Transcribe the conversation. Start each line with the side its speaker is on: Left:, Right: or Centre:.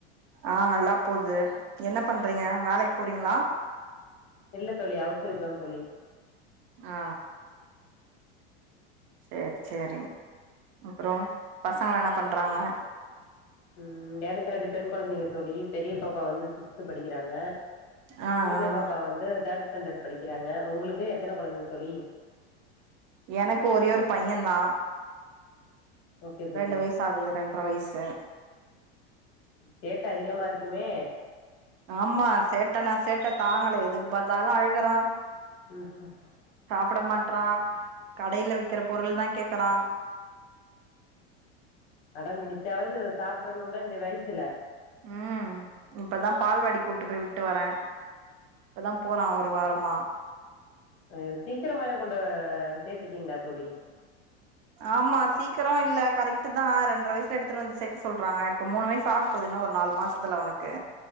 Right: ஆ நல்லா போது என்ன பண்றீங்க வேலக்கி போறீங்களா
Left: இல்ல தோழி ஹவுஸ் வைஃப்தா தோழி
Right: ஆ சேரி சேரி அப்றோ பசங்கல்லா என்ன பண்றாங்க
Left: ம் எனக்கு ரெண்டு பெண் கொழந்தைங்க தோழி பெரிய பாப்பா வந்து சிக்ஸ்த் படிக்கிறாங்க
Right: ஆ
Left: சின்ன
Right: ஆ
Left: பாப்பா வந்து தேர்ட் ஸ்டாண்டர்ட் படிக்கிறாங்க உங்களுக்கு எத்தன கொழந்த தோழி
Right: எனக்கு ஒரே ஒரு பையந்தா
Left: ஓகே தோழி
Right: ரெண்டு வயசு ஆகுது ரென்ற வயசு
Left: சேட்ட அதிகமா இருக்குமே
Right: ஆமா சேட்ட நா சேட்ட தாங்கள எதுக்கு பாத்தாலு அழுகுறா
Left: ம்
Right: சாப்ட மாட்றா கடேல விக்கிற பொருள்தா கேக்குறா
Left: அடம்பிடிச்சாவது சாப்ட்றணும்ல இந்த வயசுல
Right: ம் இப்பதா பால்வாடிக்கு கூட்டு போய் விட்டு வரே இப்பதா போறா ஒரு வாரமா
Left: ஐயோ சீக்கிரமாவே கொண்டு சேத்துட்டீங்களா தோழி
Right: ஆமா சீக்கரோ இல்ல கரெக்ட் தா ரெண்ர வயசுல எடுத்துட்டு வந்து சேக்க சொல்றாங்க இப்ப மூணு வயசு ஆக போது இன்னு ஒரு நாலு மாசத்துல அவனுக்கு